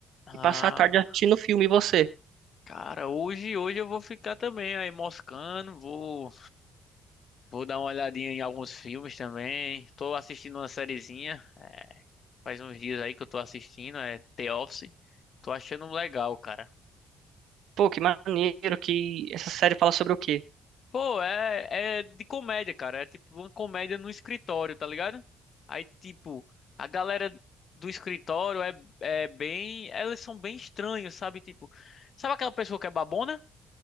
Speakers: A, on the left (about 50°); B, on the right (about 75°).
A: Ah,
B: e passar a tarde assistindo o filme. E você?
A: cara, hoje, hoje eu vou ficar também aí moscando, vou, vou dar uma olhadinha em alguns filmes também. Tô assistindo uma sériezinha, faz uns dias aí que eu tô assistindo, é The Office. Tô achando legal, cara.
B: Pô, que maneiro que essa série fala sobre o quê?
A: Pô, é, é de comédia, cara. É tipo uma comédia no escritório, tá ligado? Aí, tipo, a galera do escritório é, é bem. Elas são bem estranhos, sabe? Tipo, sabe aquela pessoa que é babona?